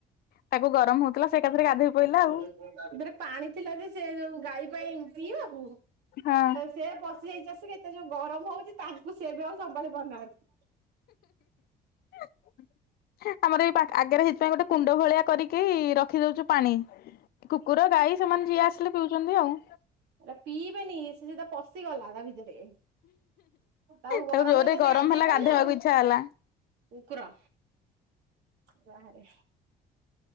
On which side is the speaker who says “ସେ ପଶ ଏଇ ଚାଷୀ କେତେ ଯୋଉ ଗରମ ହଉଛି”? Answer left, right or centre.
Right